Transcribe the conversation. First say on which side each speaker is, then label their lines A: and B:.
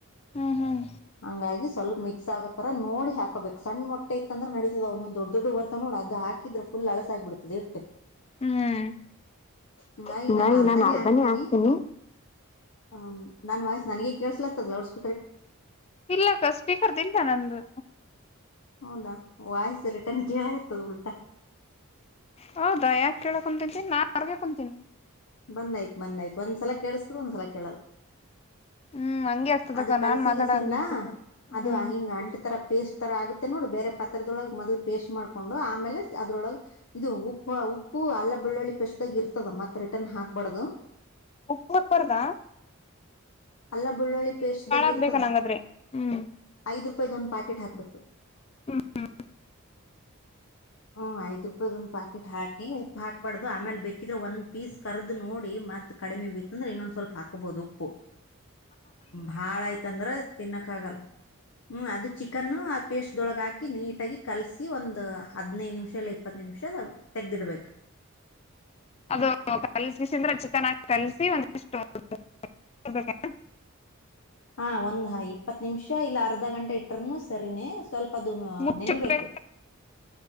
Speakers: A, on the left; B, on the left.
A: ಹ್ಮ್ ಹ್ಮ್
B: ಹಂಗಾಗಿ ಸ್ವಲ್ ಮಿಕ್ಸಾಗೋತರ ನೋಡಿ ಹಾಕೋಬೇಕ ಸಣ್ಣ ಮೊಟ್ಟೆ ಇತ್ತ ಅಂದ್ರ ನಡೀತದ ಒಂದೊಂದು ದೊಡ್ಡ ದೊಡ್ಡವು ಬರ್ತವ ನೋಡು ಅದ ಹಾ ಕಿದ್ರ ಫುಲ್ ಅಳಸ ಆಗಿಬಿಡ್ತದ ಹಿಟ್ಟು
A: ಹ್ಮ್
B: ಹಂಗಾಗಿ
A: ಹಿಂಗಾಗಿ
B: ನಾ ಅರ್ಧನೇ
A: ನಾನ್
B: ಆಕ್ತೀನಿ.
A: ಹಾಕ್ತೀನಿ
B: ಹಾಂ ನನ್ ವಾಯ್ಸ್ ನನಗೆ ಕೇಳಿಸ್ಲಾತ್ತದ ಲೌಡ್ ಸ್
A: ಇಲ್ಲಾಕ್ಕ ಸ್ಪೀಕರ್ದಿಲ್ಲ ನಂದು
B: ಹೌದಾ ವಾಯ್ಸ ರಿಟರ್ನ್ ಕೇಳಕತದ ಉಲ್ಟಾ
A: ಹೌದಾ ಯಾಕ ಕೇಳ ಕುಂತತಿ ನಾನ್ ಹೊರ್ಗ ಕುಂತೀನಿ
B: ಬಂದಾಯ್ತು ಬಂದಾಯ್ತು ಒಂದ್ಸಲ ಕೇಳಸ್ತದ ಒಂದ್ಸಲ ಕೇಳಲ್ಲ
A: ಹ್ಮ್ ಹಂಗೆ ಆಗ್ತದಕ್ಕ
B: ಅದು ಕಲ್ಸಿಗೆಸಿಂದ
A: ನಾನ್ ಮಾತಾಡ ಹಂಗೆ ಆಗ್ತಿರ್ತದ
B: ಅದು
A: ಹ್ಮ್
B: ಹಿಂಗ್ ಅಂಟ ತರ ಪೇಸ್ಟ್ ತರ ಆಗುತ್ ನೋಡು ಬೇರೆ ಪಾತ್ರೆದೊಳಗ ಮೊದಲು ಪೇಸ್ಟ್ ಮಾಡ್ಕೊಂಡು ಆಮೇಲೆ ಅದ್ರೊಳಗೆ ಇದು ಉಪ್ಪು ಉಪ್ಪು ಅಲ್ಲ ಬಳ್ಳೊಳ್ಳಿ ಪೇಸ್ಟ್ದಾಗ ಇರ್ತದ ಮತ್ತೆ ರಿಟರ್ನ್ ಹಾಕ್ಬಾರ್ದದು.
A: ಉಪ್ಪ ಹಾಕ್ಬಾರ್ದಾ
B: ಅಲ್ಲ ಬಳ್ಳೊಳ್ಳಿ ಪೇಸ್ಟ್ದಾಗ
A: ಆಗ್ಬೇಕ
B: ಇರ್ತದ
A: ನಂಗಾದ್ರೆ ಹ್ಮ್
B: ಐದ್ ರೂಪಾಯದ ಒಂದ್ ಪ್ಯಾಕೆಟ್ ಹಾಕ್ಬೇಕು
A: ಹೂಂ ಹುಂ
B: ಹ್ಮ್ ಐದ್ ರೂಪಾಯ್ದ ಒಂದ್ ಪಾಕೆಟ್ ಹಾಕಿ ಉಪ್ಪು ಹಾಕ್ಬಾರ್ದು ಆಮೇಲೆ ಬೇಕಿದ್ರೆ ಒಂದ್ ಪೀಸ್ ಕರ್ದ್ ನೋಡಿ ಮತ್ತ ಕಡಿಮಿ ಬಿತ್ತ ಅಂದ್ರ ಇನ್ನೊಂದ್ ಸ್ವಲ್ಪ ಹಾಕೋಬಹುದು ಉಪ್ಪು. ಭಾಳ ಆಯ್ತಂದ್ರ ತಿನ್ನಕ್ ಆಗಲ್ ಹ್ಮ್ ಅದು ಚಿಕನ್ ಪೇಸ್ಟ್ದೊಳಗ ಹಾಕಿ ನೀಟಾಗಿ ಕಲಸಿ ಒಂದು ಹದ್ನೈದು ನಿಮಿಷ ಇಲ್ಲ ಇಪ್ಪತ್ತು ನಿಮಿಷ ತೆಗ್ದಿಡ್ಬೇಕು.
A: ಅದು ಕಲ್ಸಿಸಿಂದ್ರೆ ಚಿಕನ್ ಆಗಿ ಕಲ್ಸಿ ಒಂದ ಪೇಸ್್ದೊ <unintelligible>
B: ಹಾ ಒಂದ ಇಪ್ಪತ್ ನಿಮಿಷ ಇಲ್ಲ ಅರ್ಧ ಗಂಟೆ ಇಟ್ಟ್ರನು ಸರಿನೇ ಸ್ವಲ್ಪ ಅದು
A: ಹ್ಮ್
B: ನೆನಿಬೇಕು